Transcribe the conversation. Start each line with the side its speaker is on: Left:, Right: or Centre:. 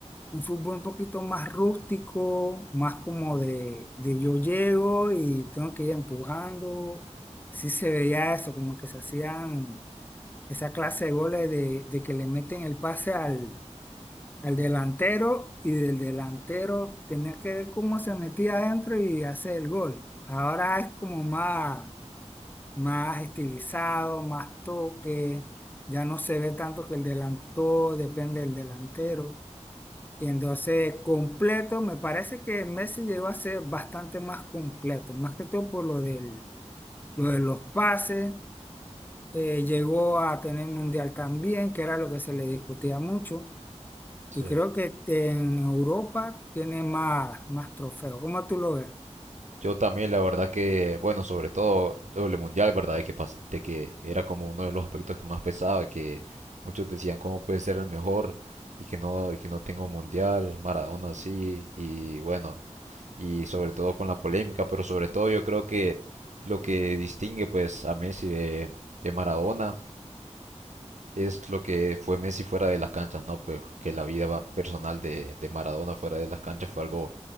Left: un fútbol un poquito más rústico, más como de, de yo llego y tengo que ir empujando. Sí se veía eso, como que se hacían esa clase de goles de, de que le meten el pase al al delantero y del delantero tenía que ver cómo se metía adentro y hacer el gol. Ahora es como más, más estilizado, más toque, ya no se ve tanto que el delantero depende del delantero. Y entonces completo, me parece que Messi llegó a ser bastante más completo, más que todo por lo del, lo de los pases, eh, llegó a tener mundial también, que era lo que se le discutía mucho.
Right: sí.
Left: Y creo que este, en Europa tiene más, más trofeos. ¿Cómo tú lo ves?
Right: Yo también, la verdad que, bueno, sobre todo el mundial, ¿verdad? De que, pas- de que era como uno de los aspectos que más pesaba, que muchos decían cómo puede ser el mejor y que no, y que no tengo mundial, Maradona sí, y bueno, y sobre todo con la polémica, pero sobre todo yo creo que lo que distingue pues a Messi de, de Maradona es lo que fue Messi fuera de las canchas, ¿no? Pues que la vida va- personal de, de Maradona fuera de las canchas fue algo